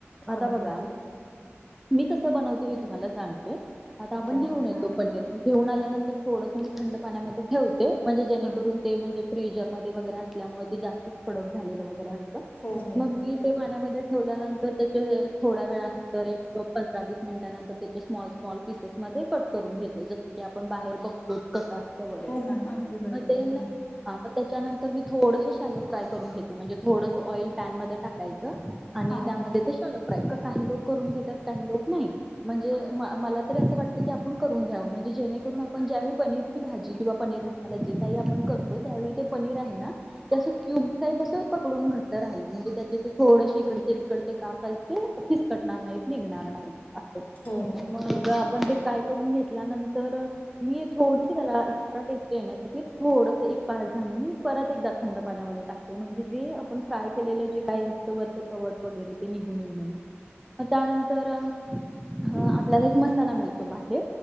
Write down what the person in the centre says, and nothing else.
आता
बघा
मी कसं बनवते हे तुम्हाला सांगते. आता
आपण
घेऊन येतो
पनीर मग घेऊन आल्यानंतर थोडस मी थंड पाण्यामध्ये ठेवते म्हणजे जेणेकरून
ते म्हणजे अ फ्रीजरमध्ये वगैरे असल्यामुळे ते जास्त कडक झालेलं वगैरे असत
मग मी ते पाण्यामध्ये ठेवल्यानंतर त्याच्या थोड्या वेळानंतर एक पंधरा वीस मिनिटानंतर त्याचे स्मॉल स्मॉल पीसेस मध्ये कट करून घेते. जस की आपण बाहेर बघतो कस असत वगैरे
मग ते न
आ त्याच्यानंतर मी थोडस शालो फ्राय करून घेते म्हणजे थोडंस ऑइल पॅनमध्ये टाकायंच आणि
त्यामध्ये ते शॅलो कस काही लोक करून घेतात काही लोक नाही म्हणजे अ मला तरी असं वाटतं की आपण करून घ्याव म्हणजे जेणेकरून आपण ज्यावेळी पनीरची भाजी किंवा पनीर मसाला जे काही आपण करतो त्यावेळी ते पनीर आहे ना ते असं क्यूब टाईप असतं प पुढून घट राहील म्हणजे त्याचे असे थोडेशे इकडे तीकडचे कापायचे ते फिसकटणार नाहीत निघणार नाहीत अस
मग
आपण ते फ्राय क करून घेतल्यानंतर मी थोडीशी त्याला एक्स्ट्रा टेस्ट ये ण्यासाठी थोडस एक पाच दहा मिनिट परत एकदा थंड पाण्यामध्ये टाकते म्हणजे जे आपण फ्राय केलेलं जे काही असत वरच कवच वगैरे <unintelligible> तर ह आत आपल्याला एक मसाला मिळतो बाहेर